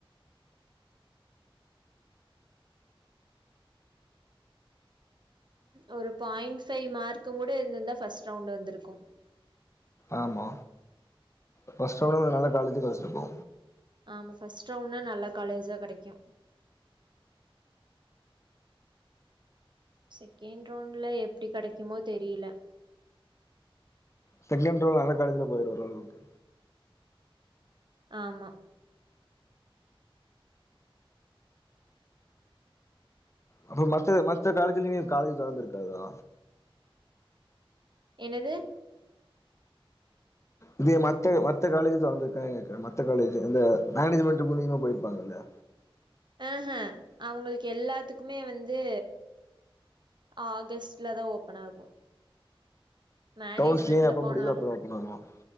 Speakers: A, on the right; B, on the left.
A: ஒரு பாயிண்ட் ஃபை மார்க்குங் கூட இருந்திந்தா ஃபஸ்ட் ரவுண்ட் வந்துருக்கு
B: ஆமா ஃபஸ்ட் ரவ்ண்ட்லே கொஞ்ச நல்ல காலேஜு கெடச்சிருக்கு
A: ஆமா பஸ்ட் ரவுண்ட்னா நல்லா காலேஜா கெடைக்கு செகெண்ட் ரவுண்ட்ல எப்டி கெடைக்குமோ தெரில
B: செகெண் ரவுண்ட்ல நல்ல காலேஜில போயிருவ ஒர்ரளவுக்கு
A: ஆமா
B: அப்ப மத்த மத்த காலேஜ்லயுமே
A: ஆ
B: காலேஜ் தொடர்ந்திருக்காதா
A: என்னது
B: இதே மத்த மத்த காலேஜ் தொறந்திருக்காங்க கேக்குறேன் மத்த காலேஜ் இந்த மேனேஜ்மெண்ட் மூலியமா போயிருப்பாங்கல்லா
A: ஆஹ அவங்களுக்கு எல்லாத்துக்குமே வந்து ஆகஸ்ட்ல தான் ஓப்பன் ஆகும் மேனேஜ்மெண்ட்ல
B: கவுன்சிலிங் எப்ப
A: போனாலும்
B: முடியுதோ அப்பதா ஓப்பன் ஆகு